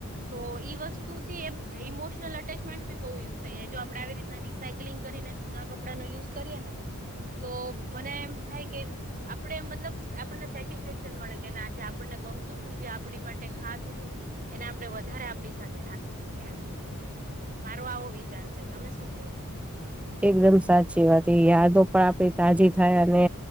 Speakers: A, on the right; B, in the centre.
A: તો ઈ વસ્તુ થી એમ ઇમોશનલ અટેચમેન્ટ બી બહુ યશે જો આપડે આવી રીતના રીસ. યકલિંગ કરીને જૂના કપડા નું યુઝ કરીએ ને તો મને એમ થાય કે. આપણે મતલબ આપણને સેટિસ્ફેક્શન મળે કે ના જે આપણ ને ગમતું હતું જે આપણી માટે ખાસ હતું. એને આપડણે વધારે આપડી સાથે રાખી શકીએ એમ. મારો આવો વિચાર છે, તમે શું કો છો?
B: એકદમ સાચી વાત છે એ યાદો પણ આપડી તાજી થાય અને.